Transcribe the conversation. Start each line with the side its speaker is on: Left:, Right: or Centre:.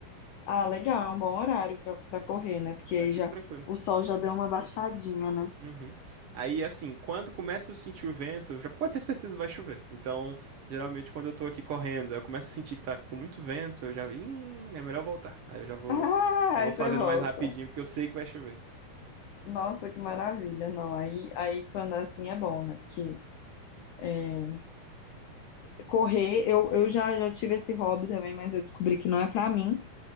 Left: Ah, legal, é um bom horário pra pra correr, né? Porque
Right: aí
Left: aí
Right: fica
Left: já
Right: tranquilo.
Left: o sol já deu uma baixadinha, né?
Right: Uhum. Aí, assim, quando começa a sentir o vento, já pode ter certeza que vai chover. Então, geralmente, quando eu tô aqui correndo, eu começo a sentir que tá com muito vento, eu já, hum, é melhor voltar. Aí eu já vou,
Left: <laughs> Ah,
Right: eu
Left: aí
Right: vou fazendo
Left: você volta.
Right: mais rapidinho, porque eu sei que vai chover.
Left: Nossa, que maravilha. Não, aí, aí quando é assim é bom, né? Porque é, correr, eu, eu já, já tive esse hobby também, mas eu descobri que não é pra mim.